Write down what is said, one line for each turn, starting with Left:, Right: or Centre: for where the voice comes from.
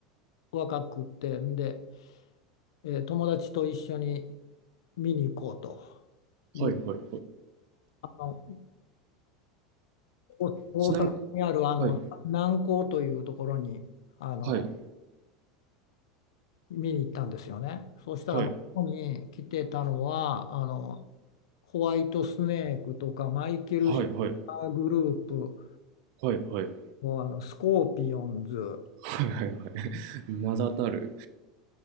Left: 若くてんで、えー友達と一緒に見に行こうという
Right: はい、はい。
Left: あの大大阪にあるあの南港というところにあの
Right: ちなみに、はい、はい、
Left: 見に行ったんですよね。そうしたらまあここに来てたのはあの
Right: はい、
Left: ホワイトスネークとかマイケル・
Right: はい、
Left: シルバーグループ
Right: はい、はい、はい、はい、
Left: もうあのスコーピオンズ
Right: はい、はい。<laughs> 名だたる。